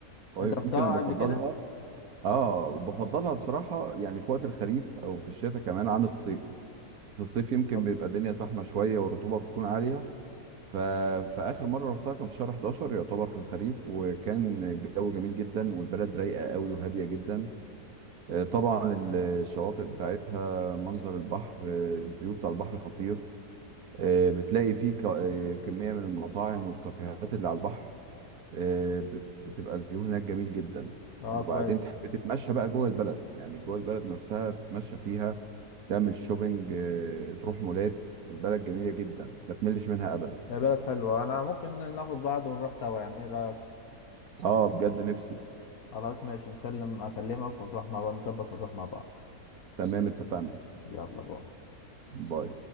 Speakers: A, on the right; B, on the left.
A: ويمكن
B: أنت رحتها
A: انا بفضلها
B: قبل كده؟
A: اه بفضلها بصراحة يعني في وقت الخريف او في الشتاء كمان عن الصيف في الصيف يمكن
B: طب
A: بيبقى الدنيا زحمة شوية والرطوبة بتكون عالية ف... فآخر مرة رحتها كان في شهر 11 يعتبر في الخريف وكان الجو جميل جدا والبلد رايقة قوي وهادية جدا آه، طبعا ال- الشواطئ بتاعتها منظر البحر آه، الفيو بتاع البحر خطير آه، بتلاقي فيه ك- آه، كمية من المطاعم والكافيهات اللي على البحر آه، بت- بتبقى الفيو هناك جميل جدا
B: اه
A: وبعدين
B: كويس
A: تحب تتمشى بقى جوه البلد يعني جوه البلد نفسها تتمشى فيها تعمل شوبينج آه، تروح مولات البلد جميلة جدا ما تملش منها أبدا
B: يا بلد حلوة أنا ممكن ناخد بعض ونروح سوا يعني إيه رأيك؟
A: اه بجد نفسي
B: خلاص ماشي نكلم اكلمك ونروح مع بعض نظبط ونروح مع بعض
A: تمام اتفقنا
B: يلا بقى
A: باي